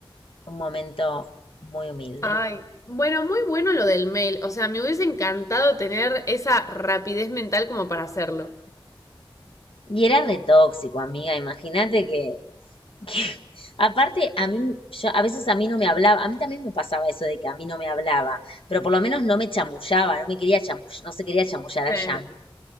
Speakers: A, on the left; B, on the left.
A: un momento muy humilde.
B: Ay, bueno, muy bueno lo del mail. O sea, me hubiese encantado tener esa rapidez mental como para hacerlo.
A: Y era re tóxico, amiga, imagínate que, que- <laughs> aparte, a mí, yo, a veces a mí no me hablaba, a mí también me pasaba eso de que a mí no me hablaba, pero por lo menos no me chamullaba, no me quería chamullar, no se quería chamullar
B: Sí.
A: a Yami.